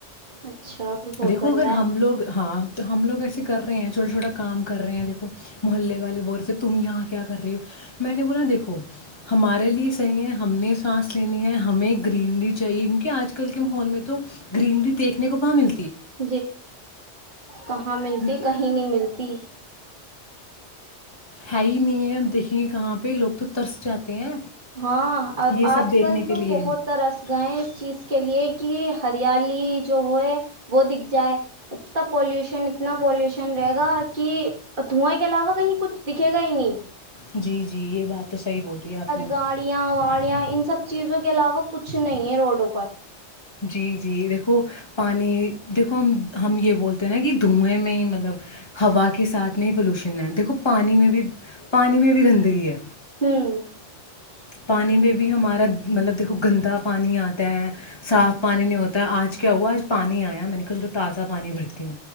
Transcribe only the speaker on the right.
اچھا میں بہت
بڑھیا
ہے
<inaudible> ہم ملتے ہیں
کہیں نہیں ملتی
ہاں
اج
کل
تو
بہت ترس گئے ہیں اس چیز کے لیے کی ہریالی جو وہ ہے وہ دکھ جائے اتنا پولیوشن اتنا پولیوشن رہے گا کہ پتھواں کے علاوہ کہیں کچھ دکھے گا ہی نہیں
کالیاں والیاں ان سب چیزوں کے علاوہ کچھ نہیں ہے روڈ اوپر
<inaudible>